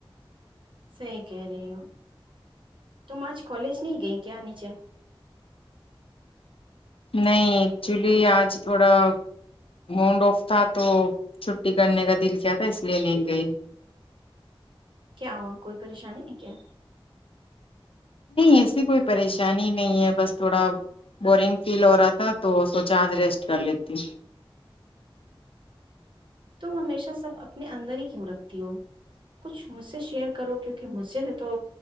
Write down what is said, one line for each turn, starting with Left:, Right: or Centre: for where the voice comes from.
Right: سی کہ رہی ہ تو مج کالج نہیں گئی کیا نیچے
Left: نہیں ایکچولی آج تھوڑا مونڈ آف تھا تو چھٹی کرنے کا دل کیا تھا اس لیے م گئی
Right: کیا ہو کوئی پریشانی نہیں کیا
Left: ایسی کوئی پریشانی نہیں ہے بس تھوڑا بورنگ فیل ہو رہا تھا تو سوچا آج ریسٹ کر لیتی ہوں
Right: تم ہمیشہ سب اپنے اندر ہی کیوں رکھتی ہو کچھ مجھ سے شیئر کرو کیونکہ مجھ سے تو